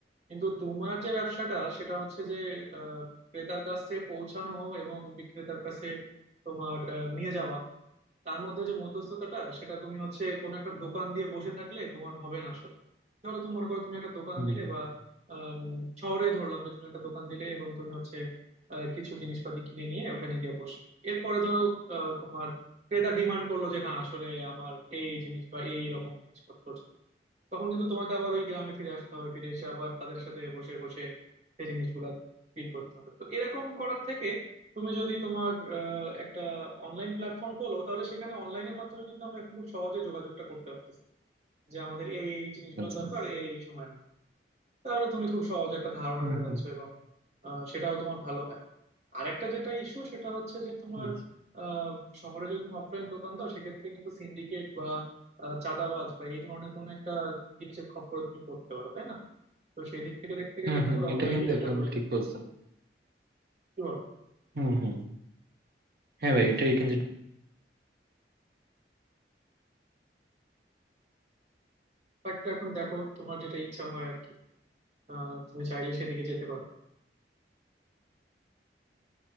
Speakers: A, on the right (about 40°); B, on the right (about 55°).
A: কিন্তু তোমার যে ব্যবসাটা সেটা হচ্ছে যে আহ, ক্রেতার কাছে পৌঁছানো এবং বিক্রেতার কাছে তোমার আহ, নিয়ে যাওয়া তার মধ্যে যে মধ্যস্থতাটা সেটা তুমি হচ্ছে কোনো একটা দোকান দিয়ে বসে থাকলে তোমার হবে না আসলে ধরো তুমি মনে করো তুমি একটা দোকান
B: হুম
A: দিলে বা আম, শহরেই ধরলাম যে তুমি একটা দোকান দিলে এবং তুমি হচ্ছে আহ, কিছু জিনিসপাতি কিনে নিয়ে ওখানে গিয়ে বসলে এরপরে ধরো আহ, তোমার ক্রেতা ডিমান্ড করলো যে না আসলে আমার এই এই জিনিস বা এই রকম জিনিসপত্র তখন কিন্তু তোমাকে আবার ওই গ্রামে ফিরে আসতে হবে ফিরে এসে আবার তাদের সাথে বসে বসে সেই জিনিসগুলো ফিল করতে হবে তো এরকম করার থেকে তুমি যদি তোমার আহ, একটা অনলাইন প্ল্যাটফর্ম খোলো তাহলে সেখানে অনলাইনের মাধ্যমে কিন্তু আমরা এখন খুব সহজে যোগাযোগটা করতে পারতেছি যে আমাদের এই এই জিনিসগুলো
B: আচ্ছা।
A: দরকার এই এই সময়ের মধ্যে। তাহলে তুমি খুব সহজে একটা ধারণা
B: হুম
A: পেয়ে যাচ্ছ
B: হুম
A: এবং আহ, সেটাও তোমার ভালো হয় আরেকটা যেটা ইস্যু সেটা হচ্ছে যে তোমার
B: আচ্ছা।
A: আহ, শহরে যদি তুমি অফলাইন দোকান দাও সেক্ষেত্রে কিন্তু সিন্ডিকেট বা আহ, চাঁদাবাজ বা এই ধরনের কোনো একটা জিনিসের খপ্পরে তুমি পড়তে পারো তাই না তো সেই দিক থেকে দেখতে গেলে
B: হুম
A: তোমার
B: হুম
A: অনলাইনে
B: এটা কিন্তু
A: বেটার
B: একদম
A: বলে
B: ঠিক
A: মনে হয়।
B: বলছো
A: কি বলো
B: হুম হুম হ্যাঁ ভাই এটাই কিন্তু
A: একটা এখন দেখো তোমার যেটা ইচ্ছা হয় আর কি আহ, তুমি চাইলে সেদিকে যেতে পারো